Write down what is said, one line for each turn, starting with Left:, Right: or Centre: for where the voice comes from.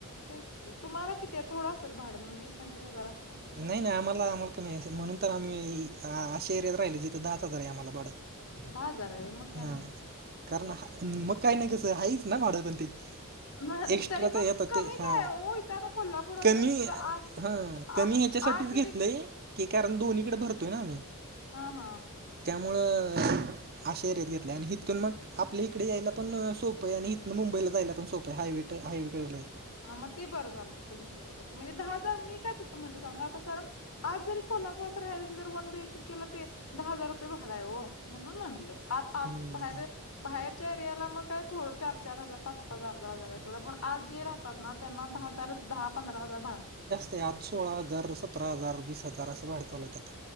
Left: तेच की तुम्हाला किती थोडं असेल भाडं मग वीस पंचवीस हजार असणार
Right: नाही नाही आम्हाला आम्हाला का नाही म्हणून तर आम्ही हा शेरत राहिले जिथं दच हजार आहे आम्हाला बड
Left: दहा हजार आहे मग काय
Right: हा
Left: नाही
Right: कारण मग काही नाही तस हाच ना माडं पण ते
Left: चाल
Right: एक्स्ट्रा
Left: तरी
Right: तर
Left: पण
Right: येत
Left: कमीच
Right: ते हा
Left: आहे हो इथं आता कोल्हापुरात
Right: कमी
Left: पण इथं आ
Right: हा कमी
Left: आ
Right: ह्याच्यासाठीच
Left: आज
Right: घेतलय
Left: जरी
Right: की कारण दोन्हीकडे भरतोय ना आम्ही
Left: हा हा
Right: त्यामुळं अशा एरियात घेतल आणि हथून मग आपल्या इकडे यायला पण सोप आहे आणि इथन मुंबईला जायला पण सोप हायवे हायवे कडेला ये
Left: हा मग ते बरं झालं तस घेतल्या म्हणजे दहा हजार मी काय तसं म्हटलं सांगा आता कारण आज जरी कोल्हापुरात राहिय तर वन बी एच केला दहा हजार रुपये भाडा आहे हो म्हणून म्हटलं आ आ
Right: हम्म
Left: बाहेर
Right: हम्म.
Left: बाहेरच्या एरियाला मग काय थोडं चार चार हजार पाच पाच अर्धा हजार आहे थोडं पण आज जे राहतात ना त्यांना दहा हजार दहा पंधरा हजार भाग
Right: ते आज सोळा हजार सतरा हजार वीस हजार असं भाड्या चावलतात